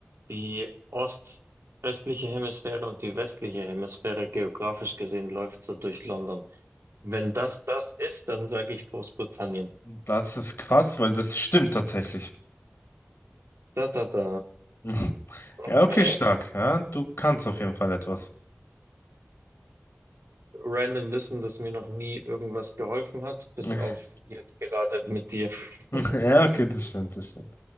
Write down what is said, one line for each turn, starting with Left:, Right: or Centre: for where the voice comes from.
Right: die Ost östliche Hemisphäre und die westliche Hemisphäre geografisch gesehen läuft so durch London. Wenn das das ist, dann sage ich Großbritannien.
Left: Das ist krass, weil das stimmt tatsächlich.
Right: Da, da, da.
Left: <laughs>
Right: Okay.
Left: Ja, okay, stark. Ja, du kannst auf jeden Fall etwas.
Right: Random Wissen, das mir noch nie irgendwas geholfen hat, bis
Left: <laughs>
Right: auf jetzt gerade mit dir. <laughs>
Left: Ja, okay, das stimmt, das stimmt.